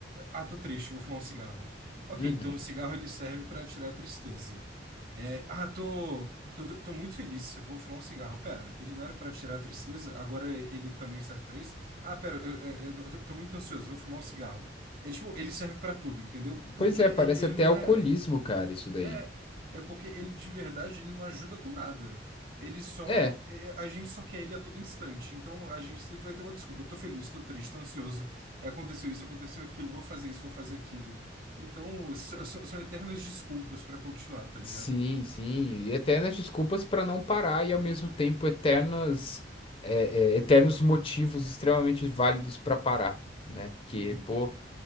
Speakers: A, on the right; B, on the left.
A: Ah, tô triste, vou fumar um cigarro. Ok,
B: uhum.
A: então o cigarro ele serve pra tirar a tristeza. É, ah, tô, tô, tô tô muito feliz, eu vou fumar um cigarro. Pera, ele não era pra tirar a tristeza, agora ele também serve pra isso? Ah, pera, eu, eu- eu tô tô muito ansioso, vou fumar um cigarro. É tipo, ele serve pra tudo, entendeu? Porque
B: Pois é,
A: ele,
B: parece
A: ele
B: até
A: não
B: alcoolismo,
A: é.
B: cara, isso daí.
A: É, é porque ele de verdade ele não ajuda com nada. Ele só,
B: É,
A: é, é, a gente só quer ele a todo instante. Então a gente sempre vai ter uma desculpa. Tô feliz, tô triste, tô ansioso. É, aconteceu isso, aconteceu aquilo, vou fazer isso, vou fazer aquilo. Então s- s- são eternas desculpas pra continuar, tá ligado?
B: sim, sim. E eternas desculpas pra não parar e ao mesmo tempo eternas, é, é, eternos motivos extremamente válidos pra parar, né? Porque,
A: Uhum.
B: pô,